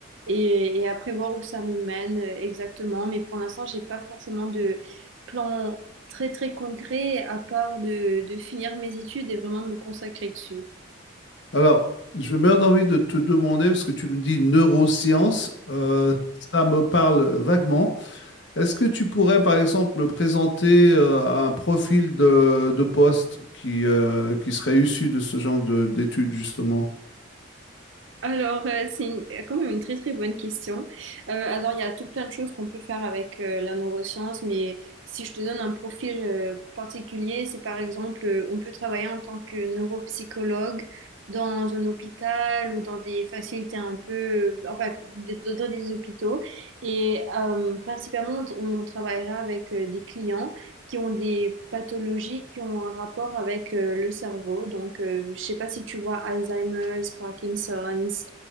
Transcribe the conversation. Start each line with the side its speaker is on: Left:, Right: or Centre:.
Right: et, et après voir où ça me mène euh, exactement. Mais pour l'instant, j'ai pas forcément de plan très très concret à part de, de finir mes études et vraiment me consacrer dessus.
Left: Alors, je meurs d'envie de te demander, parce que tu me dis neurosciences, euh, ça me parle vaguement. Est-ce que tu pourrais, par exemple, me présenter euh, un profil de, de poste qui, euh, qui serait issu de ce genre de- d'études, justement?
Right: Alors, euh, c'est une- quand même une très très bonne question. Euh, alors, il y a tout plein de choses qu'on peut faire avec euh, la neuroscience, mais si je te donne un profil euh, particulier, c'est par exemple, euh, on peut travailler en tant que neuropsychologue dans un hôpital ou dans des facilités un peu, euh, enfin, d- dans des hôpitaux. Et euh, principalement, on on travaillera avec euh, des clients qui ont des pathologies qui ont un rapport avec euh, le cerveau. Donc, euh, je sais pas si tu vois Alzheimer's, Parkinson's,